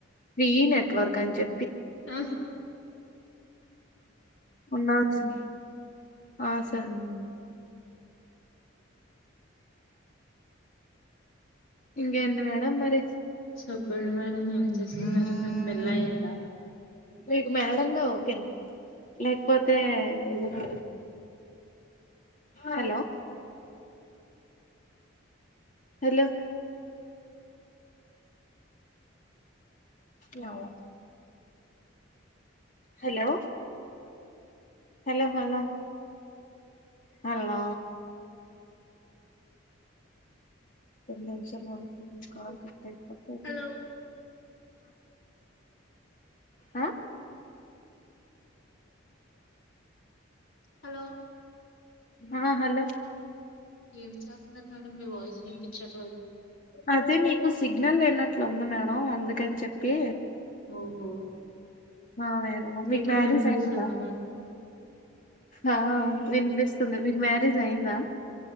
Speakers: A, on the left; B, on the left.
A: ఫ్రీ నెట్వర్క్ అయితే
B: ఉహ్
A: ఉండవచ్చు ఆ సార్
B: ఉమ్
A: ఇంకా ఏంటి మేడం మరి
B: చెప్పండి మేడం మీరు ఏం చేస్తున్నారు మీకు పెళ్లి అయిందా
A: మీకు మేడంగా ఓకేనా లేకపోతే ఏదనా హలో హలో ఏమో హలో హలో హలో హలో ఒక్క నిమిషం ఆగండి కాల్ కట్ అయింది అప్పటి
B: హలో
A: ఆ ఆ
B: హలో
A: ఆ హలో
B: ఏం చేస్తున్నారు మేడం మీ వాయిస్ వినిపించట్లేదు
A: అదే మీకు సిగ్నల్ లేయినట్లుంది మేడం అందుకని చెప్పి
B: ఓహో
A: ఆ మేడం మీకు
B: ఇప్పుడు
A: మ్యారేజ్
B: విన్పిస్తుందా
A: అయిందా
B: మేడం
A: ఆ విన్పిస్తుంది మీకు మ్యారేజ్ అయ్యిందా